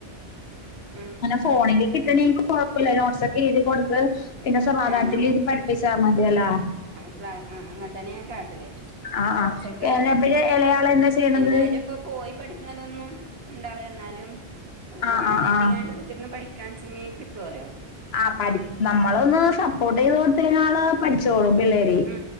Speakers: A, on the right (about 70°); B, on the left (about 70°).
A: മ്
B: ഫോണിൽ കിട്ടണങ്കി കൊഴപ്പല്ല നോട്സൊക്കെ എഴ്തി കൊടുക്ക പിന്നെ സമാധാനത്തിരിന്ന്
A: ആഹ്
B: പഠിപ്പിച്ചാ മതി ലോ
A: ആ ആ അങ്ങനെ തന്നെ ഞാൻ കാട്ടല്
B: ആ ആ
A: കൊറച്ചൊക്കെ
B: പ്പളെ
A: കൊറ
B: ഇലയാള എന്താ ചെയ്യണത്
A: എന്തായാലും ഇപ്പൊ പോയി പഠിക്കണതൊന്നും ഇണ്ടാവില്ല ന്നാലും
B: ആഹ്
A: വാണന്നതിരിക്കാണ്ട്
B: ആഹ് ആഹ്
A: പിന്നെ പഠിക്കാൻ ച്ച്ങെ കിട്ടോലോ
B: ആ പഠി നമ്മളൊന്ന് സപ്പോർട്ടെയ്ത് കൊടുത്താള് പഠിച്ചോളും പിള്ളേര്
A: മ്